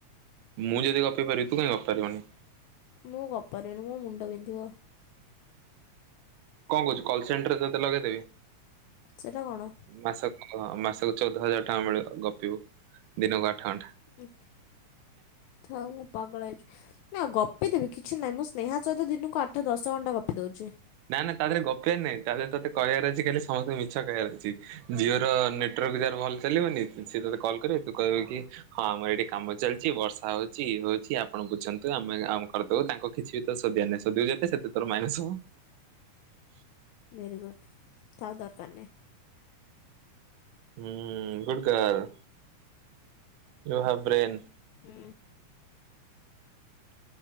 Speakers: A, on the right; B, on the left.
A: ମୁଁ ଯଦି ଗପି ପାରିବି ତୁ କାହିଁ ଗପି ପାରିବୁନି?
B: ମୁଁ ଗପି ପାରିବିନି। ମୋ ମୁଣ୍ଡ ବିନ୍ଧିବ।
A: କଣ କହୁଛୁ କଲ ସେଣ୍ଟରରେ ତତେ ଲଗେଇଦେବି
B: ସେଇଟା କଣ
A: ମାସ ଓ ମାସକୁ ଚଉଦ ହଜାର ଟଙ୍କା ମିଳିବ ଗପିବୁ ଦିନକୁ ଆଠ ଘଣ୍ଟା
B: ଏ୍ ଥାଉ ମୁଁ ପାଗଳ ହେଇଜି ନା ଗପି ଦେବି କିଛି ନାହିଁ ମୁଁ ସ୍ନେହା ସହିତ ଦିନକୁ ଆଠ ଦଶ ଘଣ୍ଟା ଗପି ଦେଉଛି
A: ନା ନା ତା ଦେହରେ ଗପିବାର ନାଇଁ ତା ଦେହରେ ତତେ କହିବାର ଅଛି ଖାଲି ସମସ୍ତେ ମିଛ କହିବାର ଅଛି ଜିଓ ର ନେଟୱାର୍କ ଯାର ଭଲ ଚାଲିବନି ସିଏ ତତେ କଲ୍ କରିବେ ତୁ କହିବୁ କି ହଁ ଆମର ଏଇଠି କାମ ଚାଲିଛି ବର୍ଷା ହଉଛି ଇଏ ହଉଛି ଆପଣ ବୁଝନ୍ତୁ ଆମେ ଆମ କରିଦବୁ ତାଙ୍କୁ କିଛି ବି ତ ସୋଧିବାର ନାହିଁ ସୋଧୀବୁ ଯେତେ ସେତେ ତୋର ମାଇନସ ହବ <inaudible>
B: ଭେରୀଗୁଡ଼ ଥାଉ ଦରକାର ନାହିଁ
A: ହୁଁ ଗୁଡ଼ଗାର୍ଲ୍, ୟୁ ହାବ ବ୍ରେନ
B: ହୁଁ